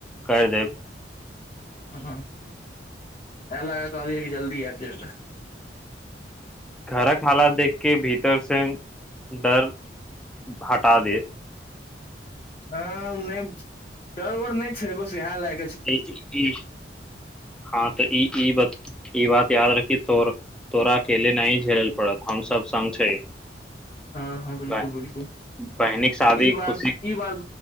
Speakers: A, in the centre; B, on the left (about 30°).
A: कर देब
B: हँ ए ल का कहलियऐ कि जल्दी आब जा
A: घरक हालत देखके भीतर से डर हटा दे
B: ह नहि डर ओर नहि छै बस इएह लाग
A: ई ई हँ तऽ ई ई बात ई बात याद रखी तो तोरा अकेले नहि झेलल पड़त हम सब सग छै
B: हँ हँ बिलकुल
A: बाय
B: बिलकुल
A: बहिनिक शादी
B: ई बात
A: खुशी
B: ई बात